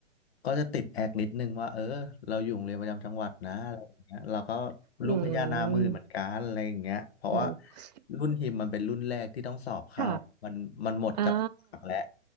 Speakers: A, on the left; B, on the right.
A: ก็จะติดแอกนิดนึงว่าเออเราอยู่โรงเรียนประจำจังหวัดนะอะไรอย่างเงี้ยเราก็
B: อืม
A: ลูกพญานาคมือเหมือนกันอะไรอย่างเงี้ยเพราะว่า
B: โอ้
A: รุ่นฮิมมันเป็นรุ่นแรกที่ต้องสอบเข้ามันมันหมดจับฉลากแล้ว
B: ค่ะอ่า